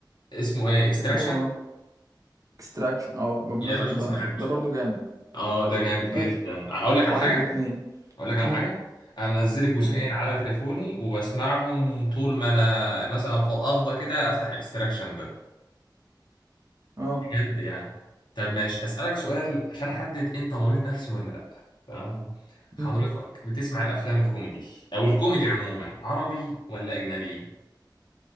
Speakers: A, on the left; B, on the right.
A: اسمه ايه اكستراكشن
B: اسمه اكستراكشن اه بمناسبة
A: يا باشا
B: بقى
A: سمعته
B: ده برضو جامد
A: اه ده جامد جدا
B: ماشي
A: اقول لك على
B: واحد
A: حاجه
B: واتنين
A: اقول لك على
B: امم
A: حاجه انا منزل الجزئين
B: و-
A: على تليفوني وبسمعهم طول ما انا مثلا فضفضه كده افتح اكستراكشن ده
B: اه
A: بجد يعني طب ماشي هسالك سؤال عشان احدد انت مريض نفسي ولا لا تمام حضرتك
B: امم
A: بتسمع الافلام الكوميدي او الكوميدي عموما عربي ولا اجنبي